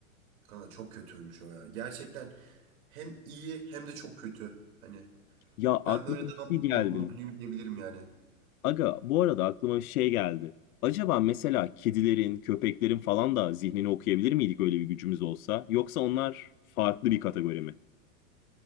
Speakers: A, on the right; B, on the left.
A: Kanka çok kötüymüş o ya. Gerçekten hem iyi hem de çok kötü. Hani
B: Ya aklıma
A: Ben böyle
B: bir şey
A: daha mutlu
B: geldi.
A: mutluyum diyebilirim yani.
B: Aga bu arada aklıma bir şey geldi. Acaba mesela kedilerin, köpeklerin falan da zihnini okuyabilir miydik öyle bir gücümüz olsa? Yoksa onlar farklı bir kategori mi?